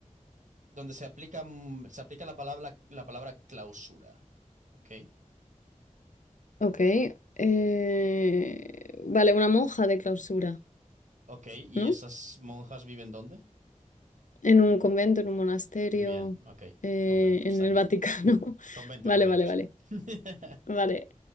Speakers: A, on the right (about 70°); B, on the left (about 75°).
A: donde se aplica, mm, se aplica la palabra, la palabra clausura. Ok,
B: Ok. eh, vale, una monja de clausura,
A: ok, ¿y
B: ¿no?
A: esas monjas viven dónde?
B: En un convento, en un monasterio,
A: Bien, ok,
B: eh,
A: convento,
B: en
A: está
B: el
A: bien.
B: Vaticano. <laughs>
A: Convento,
B: Vale,
A: convento,
B: vale,
A: sí.
B: vale.
A: <laughs>
B: Vale.